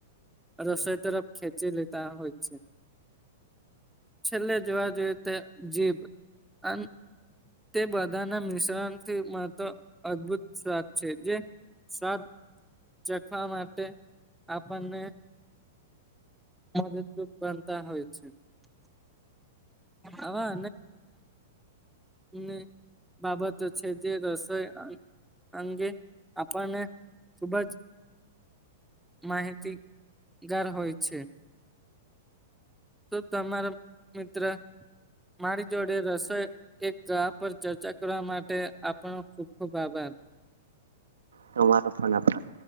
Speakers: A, in the centre; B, on the right.
A: રસોઈ તરફ ખેંચી લેતા હોય છે. છેલ્લે જોવા જોઈએ તે જીભ આન તે બધાના મિશ્રણથી મળતો અદભુત સ્વાદ છે જે સ્વાદ ચખવા માટે આપણને <unintelligible> તું બનતા હોય છે. આવા ની બાબતો છે જે રસોઈ આ અંગે આપણને ખુબજ માહિતીગાર હોય છે. તો તમારા મિત્ર મારી જોડે રસોઈ એક ગહ પર ચર્ચા કરવા માટે આપનો ખુબ ખુબ આભાર. <inaudible>
B: તમારો પણ આભાર.